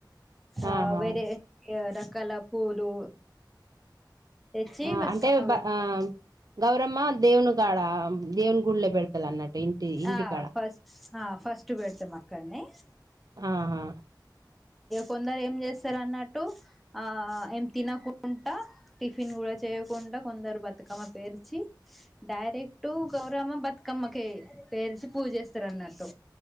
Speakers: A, in the centre; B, on the right.
A: ఆ
B: ఆహా
A: వేరే రకాల పూలు తెచ్చి
B: ఆ
A: బతుకమ్మ
B: అంటే
A: పెడతాం
B: ఆ గౌరమ్మ దేవునికాడ దేవుని గుళ్ళో పెడతారు అన్నట్టు ఇంటి ఇంటికాడ
A: ఆ ఫస్ట్ ఆ ఫస్ట్ పెడతాం అక్కడన్నే
B: ఆహా
A: కొందరు ఏం చేస్తారు అన్నట్టు ఆ ఏం తినకుండా టిఫిన్ కూడా చే చేయకుండా కొందరు బతుకమ్మ పేర్చి డైరెక్ట్టు గౌరమ్మ బతుకమ్మకే పేర్చి పూజ చేస్తారు అన్నట్టు